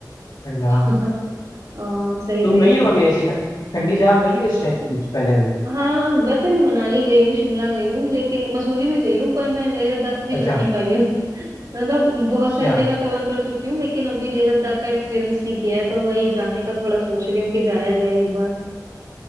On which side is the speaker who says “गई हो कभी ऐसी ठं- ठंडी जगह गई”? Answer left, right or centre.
Left